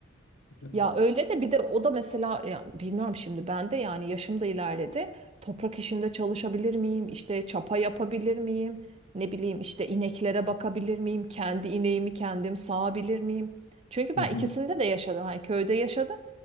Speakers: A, on the left (about 75°); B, on the right (about 30°).
A: E,
B: Ya öyle de bir de o da mesela ya bilmiyorum şimdi ben de yani yaşım da ilerledi. Toprak işinde çalışabilir miyim? İşte çapa yapabilir miyim? Ne bileyim işte ineklere bakabilir miyim? Kendi ineğimi kendim sağabilir miyim? Çünkü
A: hı
B: ben
A: hı,
B: ikisinde de yaşadım. Hani köyde yaşadım.